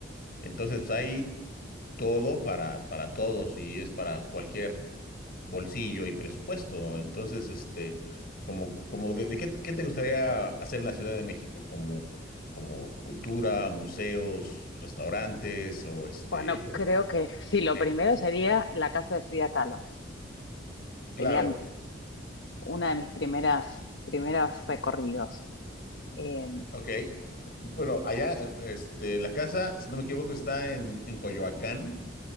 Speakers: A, on the left; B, on the left.
A: Entonces, pues, hay todo para, para todos y es para cualquier bolsillo y presupuesto. Entonces, este, como, como de, de qué, qué te gustaría hacer en la Ciudad de México, como, como cultura, museos, restaurantes, o este,
B: Bueno,
A: o
B: creo que sí, lo
A: qué?
B: primero sería la casa de Frida Kahlo.
A: Claro,
B: Sería una de mis primeras, primeros recorridos. Eh,
A: ok. Bueno, allá, este, la casa, si no me equivoco, está en, en Coyoacán.